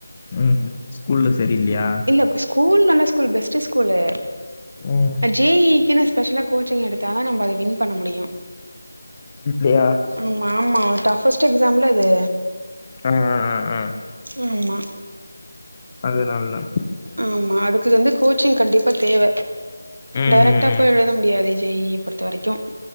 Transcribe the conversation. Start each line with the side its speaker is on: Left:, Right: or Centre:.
Left: உம் ஸ்கூல்ல சரியில்லையா
Right: இல்ல ஸ்கூல் நல்ல ஸ் ல் பெஸ்ட் ஸ்கூல்லு
Left: ம்
Right: ஜே இ இ க்குனு ஸ்பெஷலா கோச்சிங் எடுத்தா தா நம்ம அத வின் பண்ண முடியு
Left: இப்பயா
Right: ஆமா ஆமா டஃப்ஃபஸ்ட் எக்ஸாம்ல அது
Left: அஹ் அஹ் அஹ் அஹ்
Right: ஆம்மா
Left: அது நல்லா
Right: ஆமா அதுக்கு இது வந்து கோச்சிங் கண்டிப்பா தேவ
Left: ம்
Right: டேரக்ட்டா
Left: ம் ம்
Right: போய் எழுத முடியாது ஜே இ இ பொறுத்த வரைக்கும்